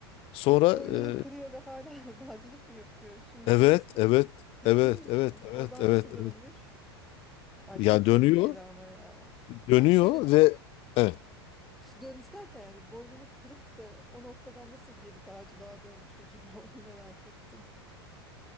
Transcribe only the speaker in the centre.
Boynunu
kırıyor ve hala <laughs> dağcılık mı yapıyor? Şimdi
Everest'e
mi çıkıyor? Ciddi
misin?
Oradan
nasıl dönmüş?
Ay
çok tehlikeli
ama ya.
Yani şöyle
ş- dönmüş derken yani boynunu kırıp da o noktadan nasıl geri dağcılığa dönmüş acaba <laughs> onu merak ettim.